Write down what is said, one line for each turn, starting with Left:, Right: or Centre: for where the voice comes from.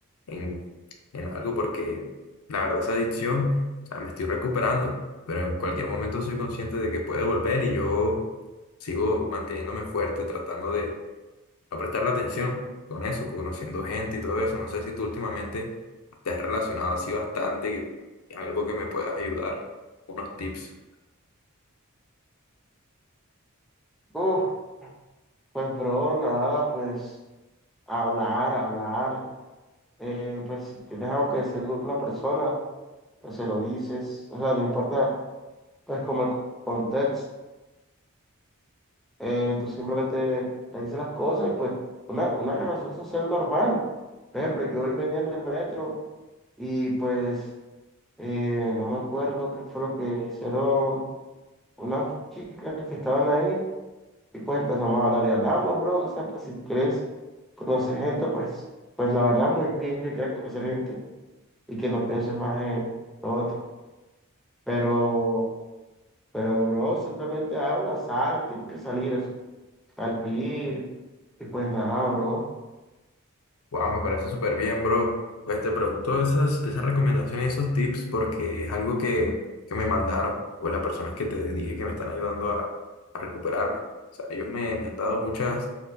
Left: en, en algo, porque la verdad esa adicción, o sea, me estoy recuperando, pero en cualquier momento soy consciente de que puede volver y yo sigo manteniéndome fuerte, tratando de a prestarle atención con eso, conociendo gente y todo eso. No sé si tú últimamente te has relacionado así bastante, algo que me puedas ayudar, unos tips.
Centre: Uf, pues, bro, nada, pues. Hablar, hablar. eh, pues si tienes algo que decirle a una persona, pues se lo dices. O sea, no importa, pues como el contexto. eh, tú simplemente le dices las cosas y pues una, una relación social normal. Por ejemplo, yo hoy venía en el metro y pues eh, no me acuerdo qué fue lo que hicieron unas chicas que estaban ahí y pues empezamos a hablar y hablamos, bro. O sea, pues si quieres conocer gente, pues, pues la verdad muy bien que quieras conocer gente. y que no pienses más en lo otro. Pero, pero, bro, simplemente habla, sal, tiene que salir, es- salir, y pues nada, bro.
Left: Wow, me parece súper bien, bro. Pues te pregunto esas, esas recomendaciones, esos tips, porque es algo que, que me mandaron, pues las personas que te dije que me están ayudando a, a recuperarme. O sea, ellos me, me han dado muchas